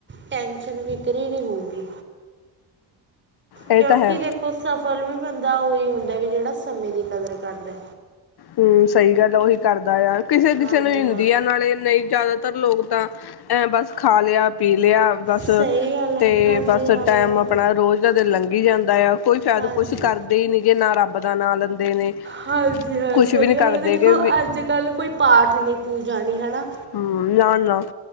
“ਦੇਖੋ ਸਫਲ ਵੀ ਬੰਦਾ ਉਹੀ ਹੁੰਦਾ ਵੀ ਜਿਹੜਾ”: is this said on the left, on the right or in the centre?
Right